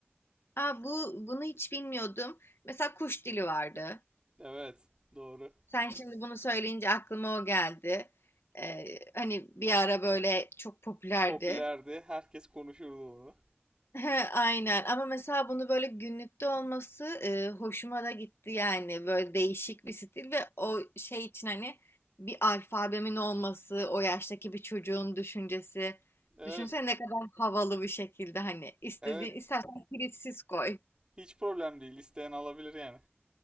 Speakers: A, on the left; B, on the right.
A: Aa, bu bunu hiç bilmiyordum. Mesela kuş dili vardı.
B: Evet, doğru.
A: Sen şimdi bunu söyleyince aklıma o geldi. Ee, hani bir ara böyle çok popülerdi.
B: Popülerdi. Herkes konuşurdu bunu.
A: He, Aynen ama mesela bunu böyle günlükte olması e, hoşuma da gitti yani böyle değişik bir stil ve o şey için hani bir alfabemin olması o yaştaki bir çocuğun düşüncesi
B: Evet,
A: düşünsene ne kadar havalı bir şekilde hani istediğin
B: evet.
A: istersen kilitsiz koy.
B: Hiç problem değil. İsteyen alabilir yani.